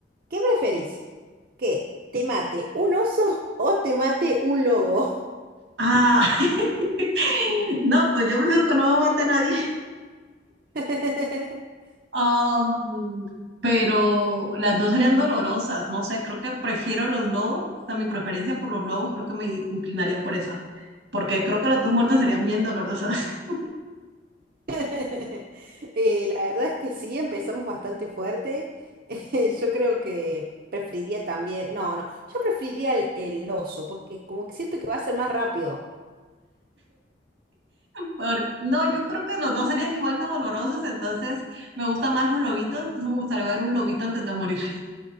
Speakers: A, on the right; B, on the right.
A: ¿qué preferís? ¿Que te mate un oso o te mate un lobo?
B: Ah, <laughs> no, pues yo prefiero que no me mate a nadie.
A: <laughs>
B: Am, pero las dos serían dolorosas, no sé, creo que prefiero los lobos, o sea, mi preferencia por los lobos creo que me inclinaría por esa, porque creo que las dos muertes serían bien dolorosas. <laughs>
A: <laughs> Eh, la verdad es que sí, empezamos bastante fuerte. <laughs> Eh, yo creo que preferiría también, no, no, yo preferiría el, el oso, porque como que siento que va a ser más rápido.
B: Por- no, yo creo que los dos serían igual de dolorosos, entonces me gustan más los lobitos, entonces me gustaría ver un lobito antes de morir.